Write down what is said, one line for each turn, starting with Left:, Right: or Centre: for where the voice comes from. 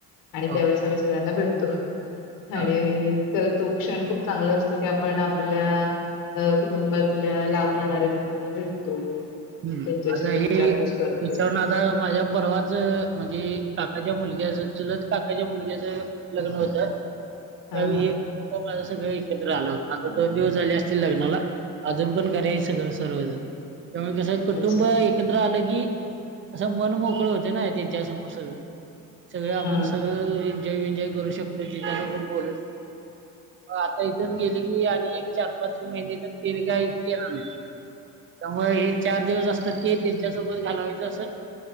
Left: आणि त्यावेेळेस
Right: ओके
Left: आम्ही सगळ्यांना भेटतो आणि
Right: हा
Left: खर तो क्षण खूप चांगला असतो की आपण आपल्या अ कुटुंबातल्या लांब राहणाऱ्या व्यक्तींना भेटतो
Right: हम्म
Left: त्यांच्याशी
Right: आता
Left: विचारपूस करतो
Right: हेच्याून आता माझ्या परवाच म्हणजे काकाच्या मुलग्याच चुलत काकाच्या मुलग्याच लग्न होतं
Left: हा
Right: त्यावेळी
Left: हा हा
Right: हे कुटुंब माझं सगळं एकत्र आलं होत आता दोन दिवस झाले असतील लग्नाला अजून पण घरी याय सगळं सर्व अजून क कसं कुटुंब
Left: अच्छा
Right: एकत्र आलं की असं मन मोकळ होते ना त्यांच्या समोर सगळं सगळं आपण
Left: हा
Right: सगळं यंजॉय करू शकतो जिनाण बोलू शकतो आता इथून गेले की आणि एक चार पाच महिने तर तेर गा इे येणार नाही
Left: ह
Right: व हे चार दिवस असतात ते त्यांच्यासोबत घालवायचं असं